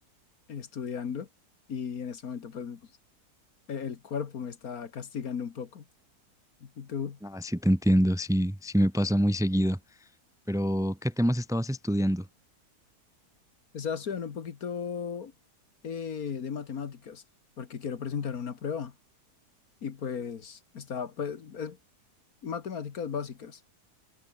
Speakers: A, on the left (about 65°); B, in the centre.
A: eh, estudiando y en ese momento, pues, e-, el cuerpo me está castigando un poco. ¿Y tú?
B: no, sí te entiendo, sí, sí me pasa muy seguido. Pero, ¿qué temas estabas estudiando?
A: Estaba estudiando un poquito eh, de matemáticas porque quiero presentar una prueba y pues estaba, pues, es matemáticas básicas,